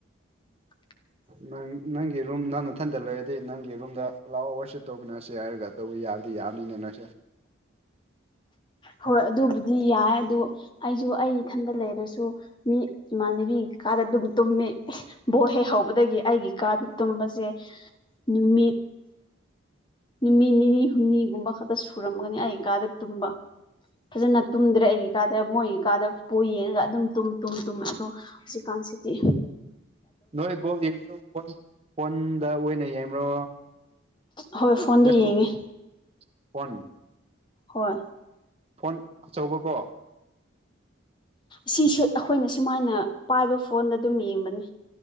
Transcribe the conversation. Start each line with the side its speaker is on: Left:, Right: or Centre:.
Left: <inaudible>
Right: ꯅꯪ ꯅꯪꯒꯤ ꯔꯨꯝ ꯅꯪꯅꯊꯟꯗ ꯂꯩꯔꯗꯤ ꯅꯪꯒꯤ ꯔꯨꯝꯗ ꯂꯥꯎ ꯋꯥꯔꯁꯤꯞ ꯇꯧꯃꯤꯟꯅꯔꯁꯦ ꯍꯥꯏꯔꯒ ꯇꯧꯕ ꯌꯥꯕꯗꯤ ꯌꯥꯕꯅꯤꯅꯦ ꯅꫭꯏꯁꯦ
Left: ꯍꯣꯏ ꯑꯗꯨꯕꯨꯗꯤ ꯌꯥꯏ ꯑꯗꫭ ꯑꯩꯁꯨ ꯑꯩ ꯏꯊꯟꯗ ꯂꯩꯔꯁꯨ ꯃꯤ ꯏꯃꯥꯟꯅꯕꯤ ꯀꯥꯗ ꯑꯗꯨꯝ ꯇꯨꯝꯃꯦ ꯕꯣꯜ ꯍꯦꯛ ꯍꯧꯕꯗꯒꯤ ꯑꯩꯒꯤ ꯀꯥꯗ ꯇꯨꯝꯕꯁꯦ ꯅꯨꯃꯤꯠ ꯅꯨꯃꯤꯠ ꯅꯤꯅꯤ ꯍꯨꯝꯅꯤꯒꯨꯝꯕ ꯈꯛꯇ ꯁꯨꯔꯝꯒꯅꯤ ꯑꯩ ꯀꯥꯗ ꯇꯨꯝꯕ ꯐꯖꯅ ꯇꯨꯝꯗ꯭ꯔꯦ ꯑꯩꯒꯤ ꯀꯥꯗ ꯃꯣꯏꯒꯤ ꯀꯥꯗ ꯄꯨ ꯌꯦꯡꯉꯒ ꯑꯗꯨꯝ ꯇꯨꯝ ꯇꯨꯝ ꯑꯗꯣ ꯍꯧꯖꯤꯛ ꯀꯥꯟꯁꯤꯗꯤ
Right: ꯅꯣꯏ ꯕꫭꯜ ꯌꯦꯡꯕꯗꫭ ꯐꯣꯟ ꯐꯣꯟꯗ ꯑꯣꯏꯅ ꯌꯦꯡꯕ꯭ꯔꯣ
Left: ꯍꯣꯏ ꯐꯣꯟꯗ
Right: ꯂꯦꯞꯇꫭꯞ
Left: ꯌꯦꯡꯉꯦ
Right: <unintelligible> ꯐꫭꯟ
Left: ꯍꯣꯏ
Right: ꯐꯣꯟ ꯑꯆꯧꯕꯀꯣ
Left: ꯁꯤꯁꯦ ꯑꯩꯈꯣꯏꯅ ꯁꯨꯃꯥꯏꯅ ꯄꯥꯏꯕ ꯐꯣꯟ ꯑꯗꯨꯝ ꯌꯦꯡꯕꯅꯦ